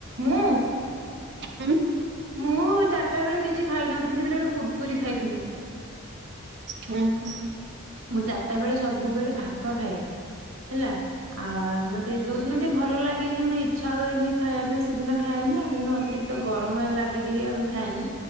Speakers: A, on the right; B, on the right.
A: ମୁଁ ମୁଁ
B: ହୁଁ
A: ଚା ଚାଟାବେଳେ କିଛି ଖାଇନଥିଲି ବୋଲି ଗୋଟେ କୁରକୁରି ଖାଇଥିଲି।
B: ହୁଁ ହୁଁ।
A: ମୁଁ ଚାରିଟା ବେଳେ ସବୁବେଳେ ଭାତ ଖାଏ ହେଲା ଆ ମତେ ତେ ଯୋଉଦିନ ଟିକେ ଭଲ ଲାଗେନି ମାନେ ଇଚ୍ଛା ହୁଏନି ଖାଇବା ପାଇଁ ସେଦିନ ଖାଏନି ଆଉ ଯଉଦିନ ଅତିରିକ୍ତ ତ ଗରମ ହେ ଲାଗେ ଟିକେ ଆମେ ଖାଏନି।